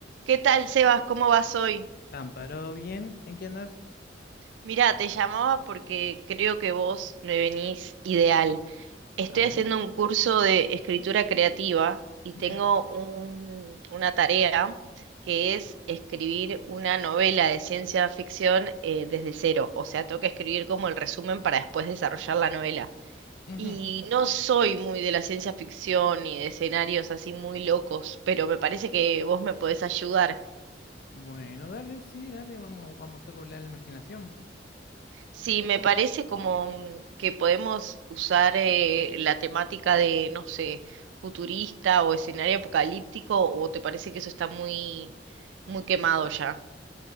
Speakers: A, on the right; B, on the left.
A: ¿Qué tal, Sebas? ¿Cómo vas hoy?
B: Amparo, bien, ¿en qué andas?
A: Mira, te llamaba porque creo que vos me venís ideal. Estoy
B: A ver,
A: haciendo un curso de escritura creativa y
B: mira.
A: tengo un- una tarea que es escribir una novela de ciencia ficción eh, desde cero. O sea, tengo que escribir como el resumen para después desarrollar la novela.
B: Ujú.
A: Y no soy muy de la ciencia ficción ni de escenarios así muy locos, pero me parece que vos me podés ayudar.
B: Bueno, dale, sí, dale, vamos, vamos a hacer volar la imaginación.
A: Sí, me parece como que podemos usar eh, la temática de, no sé, futurista o escenario apocalíptico, o te parece que eso está muy, muy quemado ya.